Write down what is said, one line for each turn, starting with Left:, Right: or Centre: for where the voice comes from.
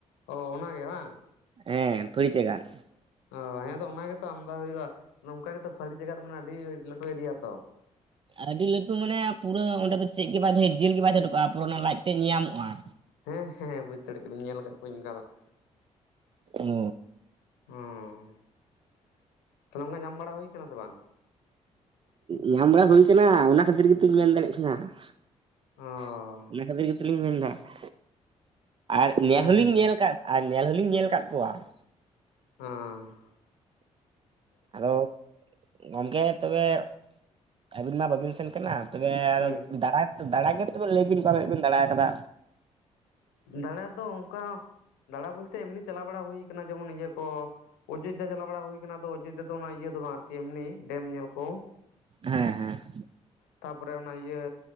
Left: ᱚ ᱚᱱᱟᱜᱮ ᱵᱟᱝ?
Right: ᱦᱮᱸ ᱯᱷᱟᱹᱲᱤ ᱪᱟᱜᱟᱫ ᱾
Left: ᱚ ᱦᱮᱸ ᱟᱫᱚ ᱚᱱᱟ ᱜᱮᱛᱚ ᱟᱢᱫᱟ ᱦᱳᱭᱩᱜ-ᱟ ᱾ ᱟᱫᱚ ᱚᱱᱠᱟ ᱜᱮᱛᱚ ᱯᱷᱟᱹᱲᱤ ᱪᱟᱜᱟᱫ ᱢᱟᱱᱮ ᱟᱹᱰᱤ ᱞᱟᱹᱴᱩ ᱮᱨᱤᱭᱟ ᱛᱚ᱾
Right: ᱟᱹᱰᱤ ᱞᱟᱹᱴᱩ ᱢᱟᱱᱮ ᱯᱩᱨᱟᱹ ᱚᱸᱰᱮ ᱫᱚ ᱪᱮᱫ ᱜᱮ ᱵᱟᱭ ᱫᱚᱦᱚᱭᱟ ᱡᱮᱞ ᱜᱮ ᱵᱟᱭ ᱫᱚᱦᱚ ᱦᱚᱴᱚᱠᱟᱜ-ᱟ ᱯᱩᱨᱟᱹ ᱚᱱᱟ ᱞᱟᱡ ᱛᱮᱫ ᱧᱮᱧᱟᱢᱚᱜ-ᱟ ᱾
Left: ᱦᱮᱸ ᱦᱮᱸ ᱵᱩᱡ ᱫᱟᱲᱮᱜ ᱠᱟᱱᱟᱹᱧ ᱧᱮᱞ ᱟᱠᱟᱫ ᱠᱚᱣᱟᱧ ᱚᱱᱠᱟ ᱫᱚ ᱾
Right: ᱚ ᱾
Left: ᱚᱸ ᱾ <inaudible> ᱛᱟᱦᱞᱮ ᱚᱱᱟ ᱧᱟᱢ ᱵᱟᱲᱟ ᱦᱩᱭ ᱠᱟᱱᱟ ᱥᱮ ᱵᱟᱝ?
Right: ᱧᱟᱢ ᱵᱟᱲᱟ ᱦᱩᱭ ᱠᱟᱱᱟ ᱚᱱᱟ ᱠᱷᱟᱹᱛᱤᱨ ᱜᱮᱛᱩᱧ ᱢᱮᱱ ᱫᱟᱲᱮᱜ ᱠᱟᱱᱟ ᱾
Left: ᱚ
Right: <inaudible> ᱚᱱᱟ ᱠᱷᱟᱹᱛᱤᱨ ᱜᱮᱛᱚᱞᱤᱧ ᱢᱮᱱᱮᱫᱟ ᱾ <inaudible> ᱟᱨ ᱧᱮᱞ
Left: ᱦᱮᱸ
Right: ᱦᱚᱞᱤᱧ
Left: ᱦᱮᱸ
Right: ᱧᱮᱞ ᱠᱟᱫ ᱟᱨ ᱧᱮᱞ ᱦᱚᱞᱤᱧ ᱧᱮᱞ ᱟᱠᱟᱫ ᱠᱚᱣᱟ ᱾
Left: ᱦᱚᱸ ᱾
Right: ᱟᱫᱚ <inaudible> ᱜᱚᱢᱠᱮ ᱛᱚᱵᱮ <inaudible> ᱟᱹᱵᱤᱱ ᱢᱟ ᱵᱟᱵᱤᱱ ᱥᱮᱱ ᱠᱟᱱᱟ ᱾ ᱛᱚᱵᱮ ᱟᱫᱚ
Left: ᱦᱩᱸ
Right: ᱫᱟᱲᱟ ᱫᱟᱲᱟ ᱜᱮ ᱛᱚᱵᱮ ᱞᱟᱹᱭ ᱵᱤᱱ ᱚᱠᱟ ᱠᱚᱨᱮᱜ ᱵᱤᱱ ᱫᱟᱲᱟ ᱟᱠᱟᱫᱟ?
Left: ᱫᱟᱬᱟ ᱫᱚ ᱚᱱᱠᱟ ᱫᱟᱬᱟ ᱵᱳᱞᱛᱮ ᱮᱢᱱᱤ ᱪᱟᱞᱟᱣ ᱵᱟᱲᱟ ᱦᱩᱭ ᱠᱟᱱᱟ ᱡᱮᱢᱚᱱ ᱤᱭᱟᱹ ᱠᱚ ᱚᱡᱳᱫᱽᱫᱷᱟ ᱪᱟᱞᱟᱣ ᱵᱟᱲᱟ ᱦᱩᱭ ᱟᱠᱟᱱᱟ, ᱟᱫᱚ ᱚᱡᱳᱫᱽᱫᱷᱟ ᱚᱱᱟ ᱤᱭᱟᱹ ᱫᱚ ᱵᱟᱝ ᱟᱨᱠᱤ ᱮᱢᱱᱤ ᱰᱮᱢ ᱧᱮᱞ ᱠᱚ ᱾
Right: ᱦᱮᱸ ᱦᱮᱸ ᱾
Left: ᱛᱟᱯᱚᱨᱮ ᱚᱱᱟ ᱤᱭᱟᱹ